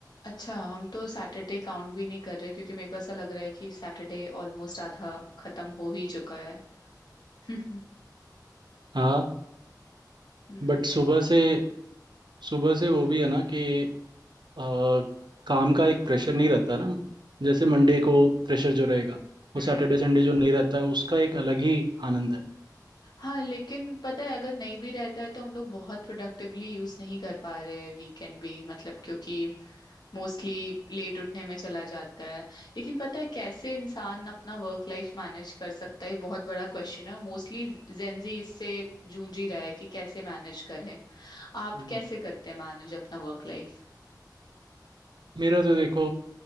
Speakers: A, on the left; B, on the right.
A: अच्छा हम तो सैटरडे काउंट भी नहीं कर रहे क्योंकि मेरे को ऐसा लग रहा है कि सैटरडे ऑलमोस्ट आधा खत्म हो ही चुका है <laughs>
B: हाँ
A: हम्म
B: बट सुबह
A: हम्म
B: से सुबह से वो भी है ना कि आ, काम का एक प्रेशर नहीं रहता ना जैसे मंडे को प्रेशर जो रहेगा
A: हम्म
B: वो सैटरडे
A: हम्म।
B: संडे जो नहीं रहता है उसका एक अलग ही आनंद है
A: हाँ लेकिन पता है अगर नहीं भी रहता है तो हम लोग बहुत प्रोडक्टिवली यूज नहीं कर पा रहे हैं वीकेंड भी मतलब क्योंकि मोस्टली लेट उठने में चला जाता है लेकिन पता है कैसे इंसान अपना वर्क लाइफ मैनेज कर सकता है ये बहुत बड़ा क्वेश्चन है मोस्टली जेंजी इससे जूझ ही रहा है कि कैसे मैनेज करें आप
B: हम्म।
A: कैसे करते हैं मैनेज अपना work life
B: मेरा तो देखो